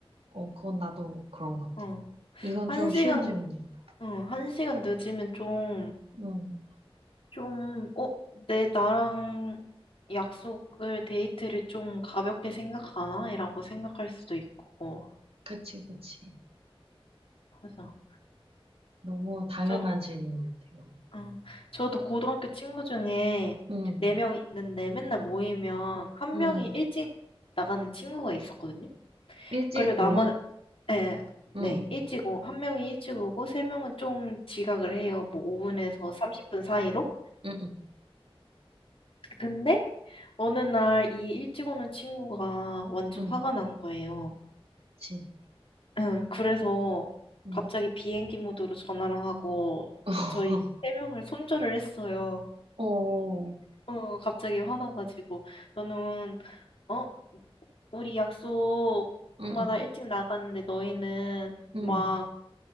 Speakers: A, on the right (about 75°); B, on the left (about 65°).
A: 어, 그건 나도 그런 것 같아.
B: 어.
A: 이건
B: 한
A: 좀
B: 시간,
A: 쉬운 질문이었다.
B: 어, 한 시간 늦으면 좀,
A: 음,
B: 좀, 어, 내 나랑 약속을, 데이트를 좀 가볍게 생각하나? 이라고 생각할 수도 있고.
A: 그치, 그치.
B: 맞아.
A: 너무 당연한
B: 저,
A: 질문이었다, 이건.
B: 어, 저도 고등학교 친구 중에
A: 응
B: 네 명 있는데 맨날 모이면 한
A: 응,
B: 명이
A: 응.
B: 일찍 나가는 친구가 있었거든요.
A: 일찍
B: 그리고 나머,
A: 오는?
B: 네,
A: 응
B: 네,
A: 응 응
B: 일찍 오, 한 명이 일찍 오고, 세 명은 좀 지각을 해요. 뭐 5분에서 30분 사이로.
A: 응응
B: 근데 어느 날 이 일찍 오는 친구가 완전
A: 응 응,
B: 화가
A: 응,
B: 난 거예요.
A: 그치.
B: 응, 그래서
A: 응.
B: 갑자기 비행기 모드로 전화를 하고,
A: <laughs>
B: 저희 세 명을 손절을 했어요.
A: 어, 응,
B: 어, 갑자기 화나가지고, 너는, 어? 우리 약속마다
A: 음.
B: 일찍 나갔는데 너희는
A: 응,
B: 막